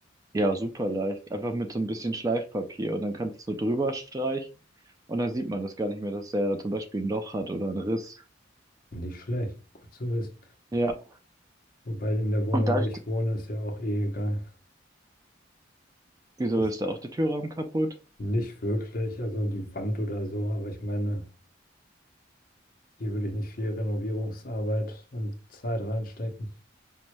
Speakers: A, on the right (about 20°); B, on the left (about 45°).
A: Ja, super leicht. Einfach mit so ein bisschen Schleifpapier. Und dann kannst du es so drüber streichen. Und dann sieht man das gar nicht mehr, dass der zum Beispiel ein Loch hat oder einen Riss.
B: Nicht schlecht. Gut zu wissen.
A: Ja.
B: Wobei in der Wohnung,
A: Und da,
B: wo ich wohne, ist ja auch eh egal.
A: wieso
B: Das
A: ist da auch der Türrahmen kaputt?
B: nicht wirklich, also die Wand oder so, aber ich meine, hier würde ich nicht viel Renovierungsarbeit und Zeit reinstecken.